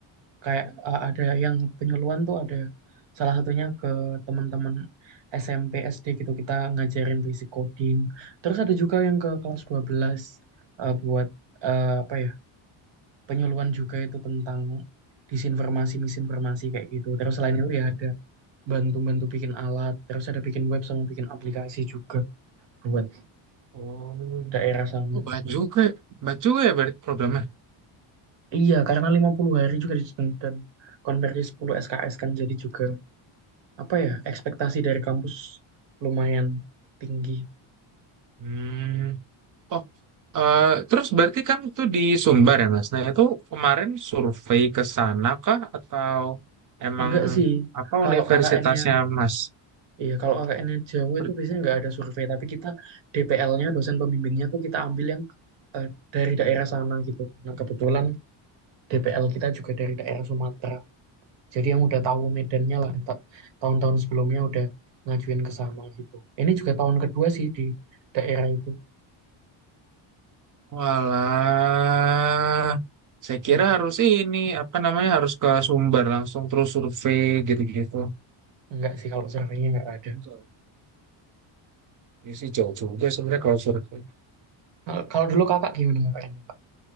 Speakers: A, on the right; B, on the right.
A: Kayak uh, ada yang penyuluhan tuh ada salah satunya ke teman-teman SMP, SD gitu kita ngajarin basic coding. Terus ada juga yang ke kelas 12 uh, buat uh, apa ya? penyuluhan juga itu tentang disinformasi, misinformasi kayak gitu. Terus selain itu ya ada bantu-bantu bikin alat, terus ada bikin web sama bikin aplikasi juga buat
B: Oh,
A: daerah sama.
B: oh banyak juga, banyak juga ya berarti programnya.
A: Iya, karena 50 hari juga di- dan konversi 10 SKS kan jadi juga apa ya, ekspektasi dari kampus lumayan tinggi.
B: Hmm. Oh, eh, terus berarti kan itu di Sumbar ya, Mas? Nah, itu kemarin survei ke sana kah atau emang
A: Enggak sih,
B: apa
A: kalau
B: universitasnya,
A: KKN-nya,
B: Mas?
A: iya kalau KKN-nya jauh
B: Ber-
A: itu biasanya enggak ada survei, tapi kita DPL-nya, dosen pembimbingnya tuh kita ambil yang eh, dari daerah sana gitu. Nah, kebetulan DPL kita juga dari daerah Sumatera. Jadi yang udah tahu medannya lah, ta- tahun-tahun sebelumnya udah ngajuin ke sana gitu. Ini juga tahun kedua sih di daerah itu.
B: Walah, saya kira
A: Mm-mm.
B: harus ini apa namanya harus ke Sumbar langsung terus survei gitu-gitu.
A: Enggak sih kalau surveinya enggak ada.
B: Enggak. Ya sih jauh juga sebenarnya kalau survei.
A: Nah, Kalau dulu kakak gimana kakaknya? Kak?